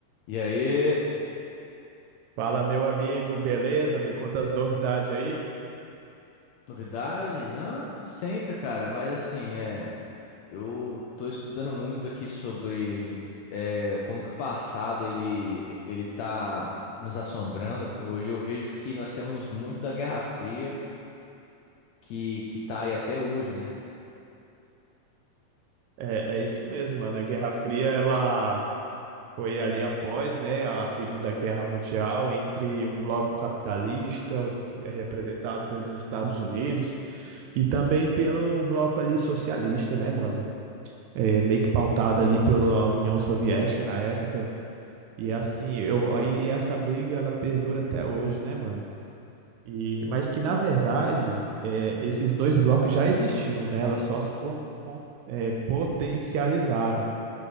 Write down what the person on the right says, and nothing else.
Fala, meu amigo, beleza? Me conta as novidades aí.
É, é isso mesmo, mano. A Guerra Fria, ela foi ali após, né, a Segunda Guerra Mundial, entre um bloco capitalista, que é representado pelos Estados Unidos, e também pelo bloco ali socialista, né, mano? É, meio que pautado ali pela União Soviética na época. E assim, eu, aí essa briga, ela perdura até hoje, né, mano? E, mas que, na verdade, é, esses dois blocos já existiam, né? Elas só se pon- pon- é, potencializaram.